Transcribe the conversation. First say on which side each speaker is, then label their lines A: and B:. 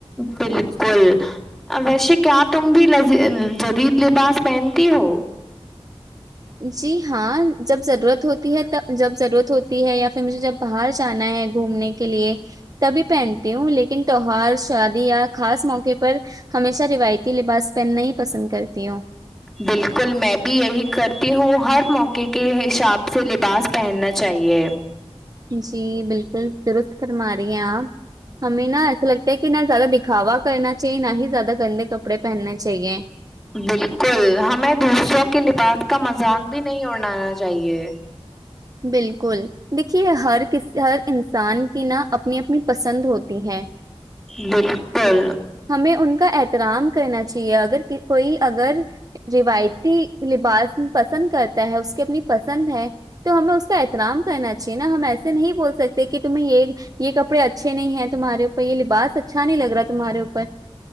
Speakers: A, in the centre; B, on the right.
A: بالکل ا ویسے کیا تم بھی جدید لباس پہنتی ہو
B: جی ہاں جب ضرورت ہوتی ہے جب ضرورت ہوتی ہے یا پھر مجھے جب باہر جانا ہے گھومنے کے لیے تب پہنتی ہوں لیکن تهوار شادی یا خاص موقع پر ہمیشہ روایتی لباس پہنا ہی پسند کرتی ہوں
A: بالکل میں بھی یہی کرتی ہوں ہر موقعے کے حساب سے لباس پہننا چاہیے
B: جی بالکل درست فرما رہی ہیں آپ ہمیں نا ایسا لگتا ہے کہ نہ زیادہ دکھاوا کرنا چاہیے نہ ہی زیادہ گندے کپڑے پہننے چاہیے
A: بالکل ہمیں دوسروں کے لباس کا مذاق بھی نہیں اڑانا چاہیے
B: بالکل دیکھیے ہر کس ہر انسان کی نہا اپنی اپنی پسند ہوتی ہیں
A: بالکل
B: ہمیں ان کا احترام کرنا چاہیے اگر کوئی اگر روایتی لباس پسند کرتا ہے اس کی اپنی پسند ہے تو ہمیں اس کا احترام کہنا چاہیے نا ہم ایسے نہیں بول سکتے کہ تمہیں یہ کپڑے اچھے نہیں ہیں تمہارے تو یہ لباس اچھا نہیں لگ رہا تمہارے اوپر